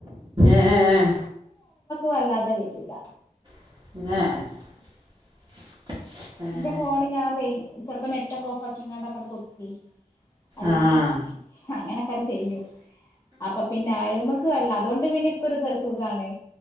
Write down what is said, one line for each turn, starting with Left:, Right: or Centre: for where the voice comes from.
Right: ഏഹ്
Left: വല്ലാതെ വരൂല
Right: <inaudible> ഏഹ്
Left: എന്റെ ഫോണ് ഞാൻ റെ- ചെലപ്പോ നെറ്റ് ഒക്കെ ഓഫ് ആക്കിങ്ങാട്ടൊക്കട് കൊടുക്കും അല്ലെങ്കിൽ
Right: ആഹ്
Left: അങ്ങനൊക്കട് ചെയ്യും അപ്പൊ പിന്നെയ്മക്ക് വല്ല അതൊണ്ട് പിന്നെ ഇക്കൊരു സുഖാണ്